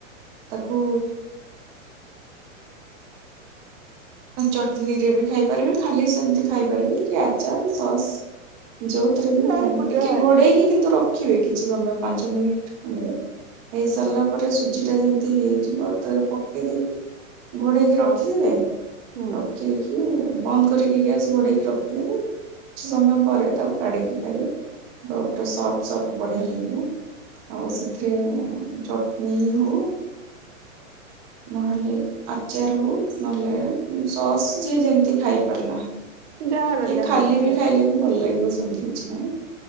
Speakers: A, on the right; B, on the right.
A: ତାକୁ ଚଟନୀରେ ବି ଖାଇପାରିବେ ଖାଲି ସେମିତି ଖାଇପାରିବେ କି ଆଚାର ସସ୍ ଯଉ, ରେ ବି
B: ଯାହାକୁ
A: ଖାଇଲେ ଟିକେ
B: ଯାହା
A: ଘୋଡେଇକି
B: ଇଚ୍ଛା।
A: କିନ୍ତୁ ରଖିବେ କିଛି ସମୟ ପାଞ୍ଚ ମିନିଟ ଖଣ୍ଡେ। ହେଇ ସାରିଲା
B: ହଁ
A: ପରେ ସୁଜି ଟା ଯେମିତି ହେଇଯିବ ତାରେ ପକେଇ ଦେଇକି, ଘୋଡ଼େଇକି
B: ହଁ
A: ରଖିଦେବେ।
B: ହୁଁ
A: ବନ୍ଦ କରିକି ଗ୍ୟାସ୍ ଘୋଡ଼େଇକି ରଖିଦେବେ। କିଛି ସମୟ ପରେ ତାକୁ କାଢିକି ଖାଇବେ ତାପରେ ସଫ୍ଟ୍ ସଫ୍ଟ୍ ବଢିଆ ଲାଗିବ। ଆଉ ସେଥିରେ ଚଟନି ହଉ ନହେଲେ ଆଚାର ହଉ ନହେଲେ ସସ୍ ଯିଏ ଯେମିତି ଖାଇ ପାରିଲା।
B: ଯାହାର
A: କିଏ
B: ଯାହା
A: ଖାଲି
B: ଇଚ୍ଛା।
A: ବି ଖାଇଲେ ବି ଭଲ ଲାଗିବ ସେମିତି କିଛି ନାହିଁ।